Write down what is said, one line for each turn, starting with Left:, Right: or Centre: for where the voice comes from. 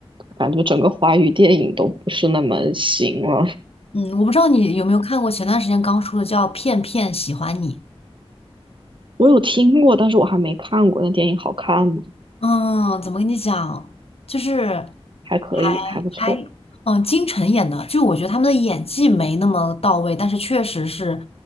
Right: 感觉整个华语电影都不是那么行了。
Left: 嗯，我不知道你有没有看过前段时间刚出的叫《片片喜欢你》。
Right: 我有听过，但是我还没看过。那电影好看吗？
Left: 嗯，怎么跟你讲，就是
Right: 还可以，
Left: 还还嗯，
Right: 还不错。
Left: 金晨演的，就我觉得他们的演技没那么到位，但是确实是，